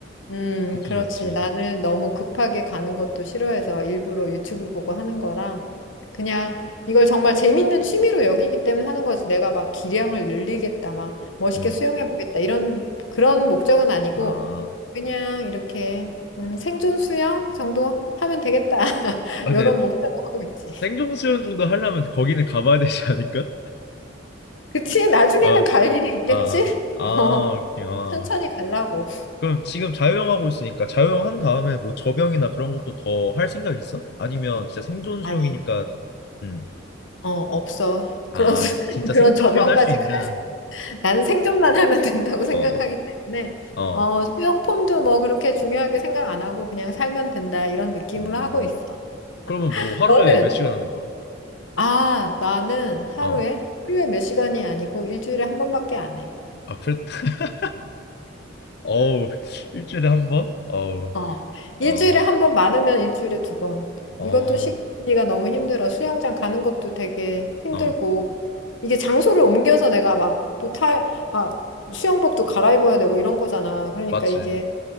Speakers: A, on the left; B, on the left.
A: 음,
B: 좋지
A: 그렇지.
B: 좋지.
A: 나는 너무 급하게 가는 것도 싫어해서 일부러 유튜브 보고 하는 거라 그냥 이걸 정말 재밌는 취미로 여기기 때문에 하는 거지. 내가 막 기량을 늘리겠다, 막 멋있게
B: 음.
A: 수영해 보겠다 이런 그런 목적은 아니고
B: 아.
A: 그냥 이렇게 음, 생존 수영 정도 하면 되겠다. <laughs>
B: 아
A: 이런
B: 근데
A: 목표로 하고 있지.
B: 생존 수영 정도 하려면 거기는 가봐야 되지 않을까?
A: 그치?
B: <laughs>
A: 나중에는
B: 아.
A: 갈 일이 있겠지?
B: 아. 아. 아,
A: <laughs> 어,
B: 오케이. 아.
A: 천천히 가려고.
B: 그럼 지금 자유형 하고 있으니까 자유형 한 다음에 뭐 접영이나 그런 것도 더 할 생각 있어? 아니면 진짜 생존
A: 아니,
B: 수영이니까 음.
A: 어, 없어.
B: 아,
A: 그런, 수-
B: 진짜
A: <laughs> 그런
B: 생존만
A: 저변까지
B: 할 수 있는
A: 난 생존만 하면 된다고 생각하기
B: 어.
A: 때문에
B: 어.
A: 어, 수영 폼도 뭐 그렇게 중요하게 생각 안 하고 그냥 살면 된다 이런 느낌으로
B: 음.
A: 하고 있어.
B: 그러면 뭐 하루에
A: 너는?
B: 몇 시간 하는 거야?
A: 아, 나는 하루에
B: 어.
A: 하루에 몇 시간이 아니고 일주일에 한 번밖에 안 해.
B: 아, 그랬 <laughs> 어우, 일주일에 한 번? 어우.
A: 어. 일주일에
B: 어.
A: 한 번 많으면 일주일에 두 번.
B: 어.
A: 이것도 시간 관리가 너무 힘들어. 수영장 가는 것도 되게 힘들고.
B: 어.
A: 이게 장소를 옮겨서 내가 막 또 타, 막 수영복도 갈아입어야 되고 이런 거잖아. 그러니까
B: 맞지.
A: 이게